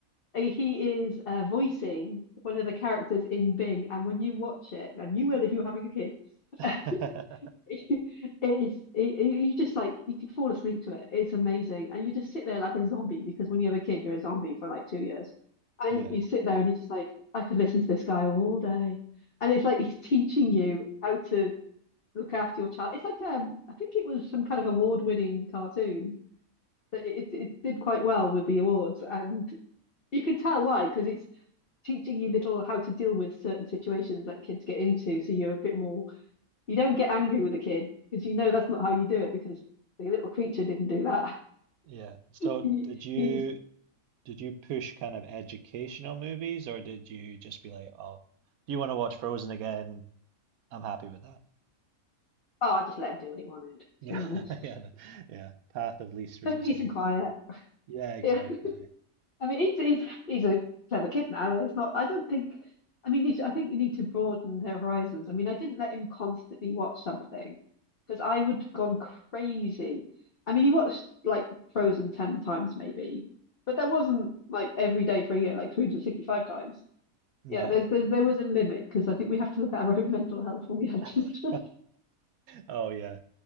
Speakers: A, on the left (about 40°); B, on the right (about 80°).
A: uh, he is uh, voicing one of the characters in Bing, and when you watch it, and you will if you're having a kid, <laughs>
B: <laughs>
A: it is it, it- you just like you could fall asleep to it. It's amazing, and you just sit there like a zombie because when you have a kid, you're a zombie for like two years, and
B: Yeah,
A: you sit there and you're just like, I could listen to this guy all day, and it's like he's teaching you how to look after your child. It's like um, I think it was some kind of award-winning cartoon that it, it it did quite well with the awards and You can tell why, because it's teaching you little how to deal with certain situations that kids get into. So you're a bit more, you don't get angry with a kid because you know that's not how you do it because the little creature didn't do that. <laughs>
B: yeah. So
A: He,
B: did you
A: he was,
B: did you push kind of educational movies or did you just be like, oh, you want to watch Frozen again? I'm happy with that.
A: oh, I just let him do what he wanted, to
B: Yeah,
A: be honest.
B: <laughs> yeah, no, yeah. Path of least resistance.
A: But peace and quiet.
B: Yeah, exactly.
A: Yeah. I mean, he's, he's he's a clever kid now. It's not. I don't think. I mean, you should, I think you need to broaden their horizons. I mean, I didn't let him constantly watch something because I would have gone crazy. I mean, he watched like Frozen ten times maybe, but that wasn't like every day for a year, like 365 times.
B: No.
A: Yeah, there's, there's there was a limit because I think we have to look at our own mental health when we have
B: <laughs>
A: children.
B: Oh yeah.